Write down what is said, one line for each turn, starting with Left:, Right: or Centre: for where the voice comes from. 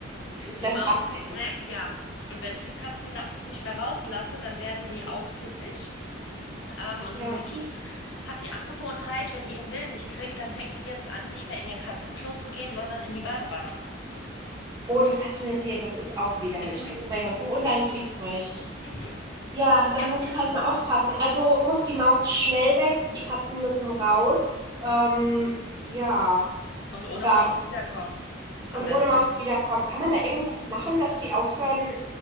Right: Das ist
Left: die
Right: der
Left: Maus
Right: Fazit.
Left: muss weg, ja. Und wenn ich die Katzen nachts nicht mehr rauslasse, dann werden die auch pissig. Ähm, und
Right: Ja.
Left: die Niki hat die Angewohnheit, wenn die ihren Willen nicht kriegt, dann fängt die jetzt an, nicht mehr in ihr Katzenklo zu gehen, sondern in die Badewanne.
Right: Oh, das hast du mir erzählt, das ist auch widerlich.
Left: Mhm.
Right: Oh mein Gott, du und dein Viehzeug.
Left: Mhm.
Right: Ja, dann
Left: Ja.
Right: musst du halt mal aufpassen. Also muss die Maus schnell weg, die Katzen müssen raus. Ähm, ja,
Left: Und ohne
Right: dann.
Left: Maus wiederkommen. Am
Right: Und ohne
Left: besten.
Right: Maus wiederkommen. Kann man da irgendwas machen, dass die aufhören,